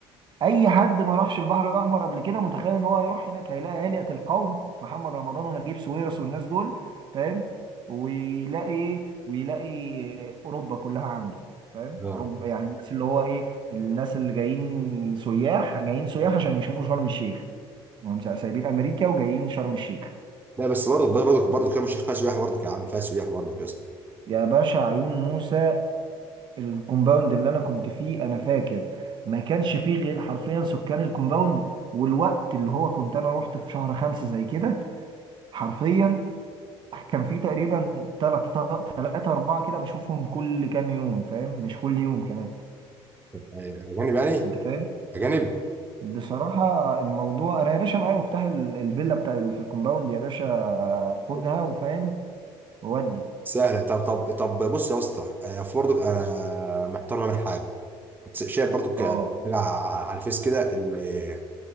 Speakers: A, on the right; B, on the right.
A: اي حد ما راحش البحر الاحمر قبل كده متخيل ان هو هيروح هناك هيلاقي هيئة القوم محمد رمضان ونجيب ساويرس والناس دول فاهم ويلاقي ايه ويلاقي اوروبا كلها عنده فاهم
B: اه
A: اوروبا يعني الناس اللي هو ايه الناس اللي جايين سياح جايين سياح عشان يشوفوا شرم الشيخ هم سايبين امريكا وجايين شرم الشيخ
B: لا بس برضه برضه برضه كلام الشيخ فيها سياح برضه يا عم فيها سياح برضه يا اسطى
A: يا باشا عيون موسى الكومباوند اللي انا كنت فيه انا فاكر ما كانش فيه غير حرفيا سكان الكومباوند والوقت اللي هو كنت انا رحت في شهر خمسة زي كده حرفيا كان في تقريبا تلاتة تلاتة أربعة كده بشوفهم كل كام يوم فاهم مش كل يوم كمان
B: يعني اجانب يعني
A: أنت فاهم
B: اجانب
A: بصراحة الموضوع أنا يا باشا معايا مفتاح ال- الفيلا بتاع ال- في الكومباوند يا باشا خدها وفاهم وودي
B: سهله طب طب طب بص يا اسطى انا في برضه انا محتار ما بين حاجه كنت شايف برضه ك...
A: أه
B: حاجة على الفيس كده اللي